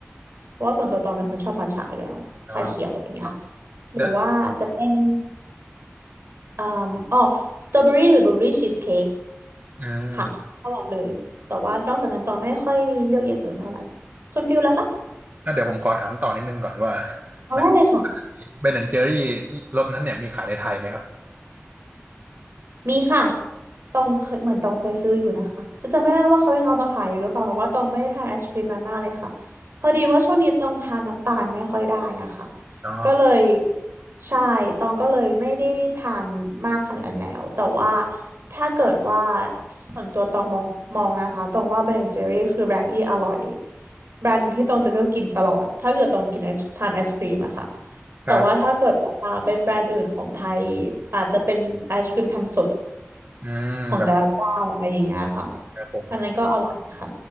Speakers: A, on the right; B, on the right.
A: เพราะว่าส่วนตัวตองเป็นคนชอบมัทฉะอยู่แล้วชาเขียวอย่างเงี้ย
B: อ่า
A: หรือว่าจะเป็น
B: เดี๋ยว
A: อ่ออ๋อสตรอเบอรี่หรือบลูเบอรี่ชีสเค้ก
B: อืม
A: ค่ะเท่านั้นเลยแต่ว่านอกจากนั้นตองไม่ค่อยเลือกอย่างอื่นเท่าไหร่คุณฟิลล่ะคะ
B: แล้วเดี๋ยวผมขอถามต่อนิดนึงก่อนว่า <laughs>
A: เอาได้เลยค่ะ
B: แบบเบนแอนเจอรี่รสนั้นเนี่ยมีขายในไทยไหมครับ
A: มีค่ะตองเคยเหมือนตองเคยซื้ออยู่นะคะจะจำไม่ได้ว่าเขายังเอามาขายอยู่หรือเปล่าเพราะว่าตองไม่ได้ทานไอศครีมนั้นมากเลยค่ะพอดีว่าช่วงนี้ตองทานน้ำตาลไม่ค่อยได้อะค่ะ
B: อ๋อ
A: ก็เลยใช่ตองก็เลยไม่ได้ทานมากขนาดนั้นแล้วแต่ว่าถ้าเกิดว่าส่วนตัวตองมองมองนะคะตองว่า Ben แอนด์ Jerry คือแบรนด์ที่อร่อยแบรนด์หนึ่งที่ตองจะเลือกกินตลอดถ้าเกิดตองกินไอศทานไอศครีมอะค่ะแต่ว่าถ้าเกิดว่าเป็นแบรนด์อื่นของไทย
B: ครับ
A: อาจจะเป็นไอศครีมทำสด
B: อืมแบบ
A: ของแต่ละเจ้าอะไรอย่างเงี้ยค่ะ
B: ครับผม
A: อันนั้นก็อร่อยค่ะ